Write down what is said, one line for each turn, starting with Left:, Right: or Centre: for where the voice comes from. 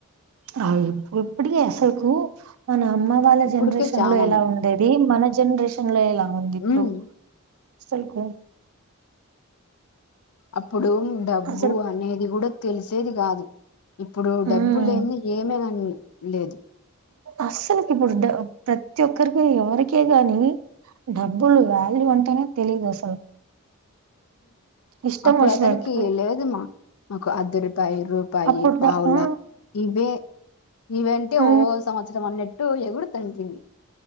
Right: ఆ ఇప్పుడు ఇప్పటికీ అసలుకు మనం నానోళ్ళ
Left: ఇప్పుడుకే
Right: జనరేషన్లో
Left: చానా
Right: ఎలా
Left: ఉంది.
Right: ఉండేది మన జ జనరేషన్ లే ఇలా అవునండి ఇప్పుడు
Left: ఉమ్
Right: సరపో
Left: అప్పుడు డబ్బు
Right: అసలు
Left: అనేది కూడా తెలిసేది కాదు ఇప్పుడు డబ్బు
Right: ఉమ్
Left: లేందే ఏమీ గాని లేదు
Right: అస్సలకి ఇప్పుడు డప ప్రతి ఒక్కరికి ఎవరికీ గాని డబ్బులు వాల్యూ అంటేనే తెలిదు అసలు ఇష్టం
Left: అప్పుడు
Right: వచ్చినట్టు
Left: అసలకి లేదమ్మా అద <unintelligible> అర్ధ రూపాయి
Right: అప్పుట్లో
Left: పావలా
Right: ఆ
Left: ఇవే ఇవంటే
Right: ఆ
Left: ఓ సంవత్సరం అన్నట్టు ఇటు ఎగుడు తతివి